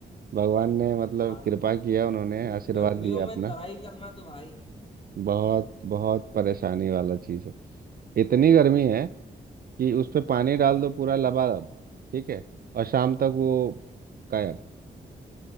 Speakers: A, on the right; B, on the left.
A: भगवान ने मतलब
B: पानी
A: कृपा किया उन्होंने
B: क्योंकि
A: आशीर्वाद
B: गर्मियों
A: दिया
B: में
A: अपना
B: तराई करना तो भाई
A: बहुत बहुत परेशानी वाला चीज़ है इतनी गर्मी है कि उस पे पानी
B: हाँ
A: डाल दो पूरा लबालब ठीक है और शाम तक वो गायब